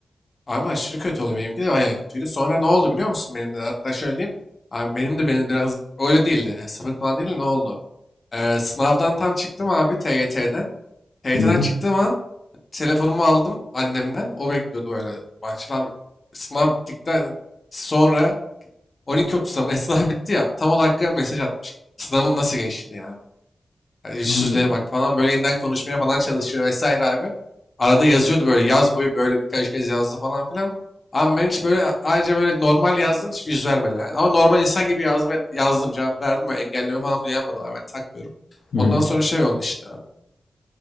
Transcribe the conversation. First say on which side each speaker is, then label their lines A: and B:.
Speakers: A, on the left; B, on the left.
A: Abi aşırı kötü oluyor. Benimki de bayağı kötüydü. Sonra ne oldu biliyor musun benim de? Hatta şöyle diyeyim. Abi benim de benim biraz öyle değildi. Yani sapık falan değildi. Ne oldu? Ee, sınavdan tam çıktım abi TYT'den. TYT'den
B: Hı.
A: çıktığım an telefonumu aldım annemden. O bekliyordu böyle bahçede abi. Sınav bittikten sonra 12.30'da mı ne <laughs> sınav bitti ya. Tam o dakika mesaj atmış. Sınavın nasıl geçti diye abi. Yani yüzsüzlüğe
B: Abi.
A: bak falan böyle yeniden konuşmaya falan çalışıyor vesaire abi. Arada yazıyordu böyle yaz boyu böyle birkaç kez yazdı falan filan. Ama ben hiç böyle ayrıca böyle normal yazdım hiç yüz vermedim yani. Ama normal insan gibi yazmaya, yazdım cevap verdim ve engelleme falan bile yapmadılar ben takmıyorum.
B: Hı.
A: Ondan sonra şey oldu işte abi.